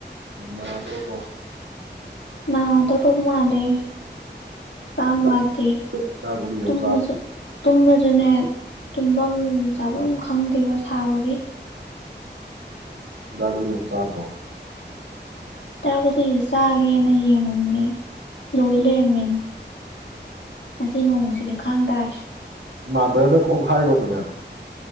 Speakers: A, on the right; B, on the left.
A: ꯅꯥꯗꯣꯔꯕꯣ
B: ꯅꯗꯣꯔꯕꯃꯥꯜꯂꯦ ꯍꯛꯆꯥꯡ
A: ꯍꯤꯗꯥꯛ
B: ꯅꯨꯉꯥꯏ ꯇꯦ
A: ꯍꯤꯗꯥꯛ ꯒꯨꯂꯤ
B: ꯇꯨꯝꯕꯁꯨ
A: ꯑꯃ ꯆꯥ
B: ꯇꯨꯝꯕꯁꯨꯅꯦ ꯇꯨꯝꯐꯝ ꯆꯥꯐꯝ ꯈꯪꯗ꯭ꯔꯤꯕꯣ ꯁꯥꯕꯒꯤ
A: ꯍꯤꯗꯥꯛ ꯒꯨꯂꯤ ꯑꯝ ꯆꯥꯗꯔꯣ
B: ꯇꯒꯗꯤ ꯆꯥꯒꯦꯅ ꯌꯦꯡꯉꯨꯃꯅꯦ ꯂꯣꯏ ꯂꯩꯔꯝꯃꯤꯅꯦ ꯉꯁꯤ ꯅꯣꯡꯃꯁꯤꯗꯤ ꯈꯥꯡ ꯇꯥꯔꯦ
A: ꯃꯥꯙꯔꯗ ꯀꯣꯛ ꯍꯥꯏꯒꯣꯗꯅ